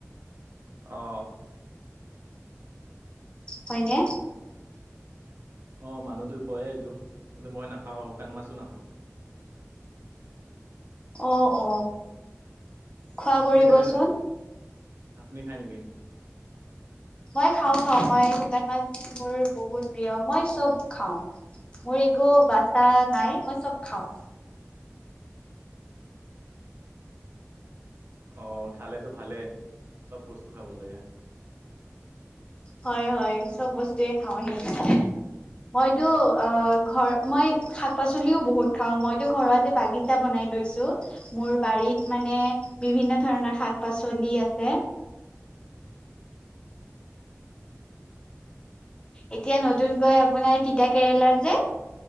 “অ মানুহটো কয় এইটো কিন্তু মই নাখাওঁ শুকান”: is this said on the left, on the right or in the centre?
Right